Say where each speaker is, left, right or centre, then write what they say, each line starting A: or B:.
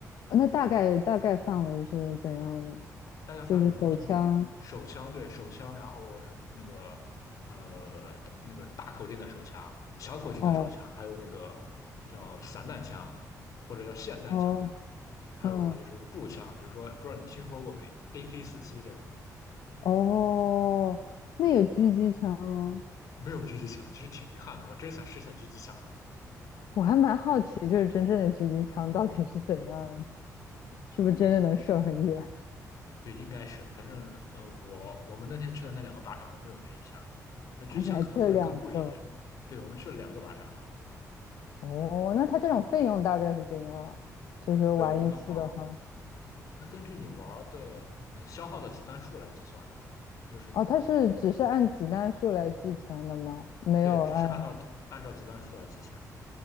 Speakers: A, on the left (about 80°); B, on the left (about 60°).
A: 那大概大概范围是怎样的？
B: 大家看，
A: 就是手枪。
B: 比如说从手枪，对手枪，然后那个呃那个大口径的手枪、小口径的手枪，
A: 哦
B: 还有那个叫散弹枪或者叫霰弹枪，
A: 哦，
B: 对吧？还有就是步枪，
A: 嗯，
B: 比如说不知道你听说过没，AK 四七这种，
A: 哦，那有狙击枪吗？
B: 没有狙击枪，其实挺遗憾的，我真想试一下狙击枪。
A: 我还蛮好奇，就是真正的狙击枪到底是怎样，是不是真的能射很远？
B: 对，应该是，反正呃，我我们那天去的那两个靶场都没有狙击枪，那狙击枪可能会更贵一点。
A: 啊，你还这两个？
B: 对，我们去了两个靶场玩，
A: 哦，那它这种费用大概是怎样？就是玩一次的话，
B: 费用的话，嗯，它根据你玩儿的嗯消耗的子弹数来计算的，就是你
A: 哦，它是只是按子弹数来计钱的吗？没有按，
B: 对，只是按照按照子弹数来计钱